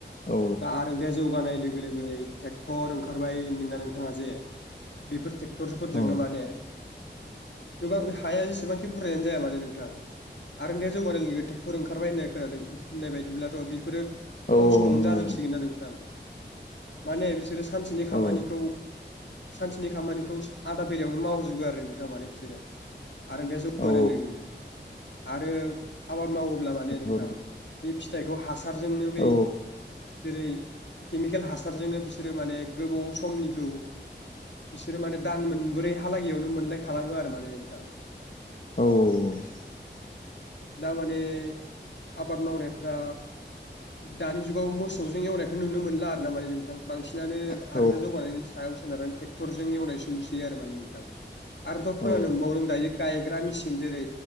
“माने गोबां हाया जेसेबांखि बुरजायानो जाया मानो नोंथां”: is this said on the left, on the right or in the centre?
Left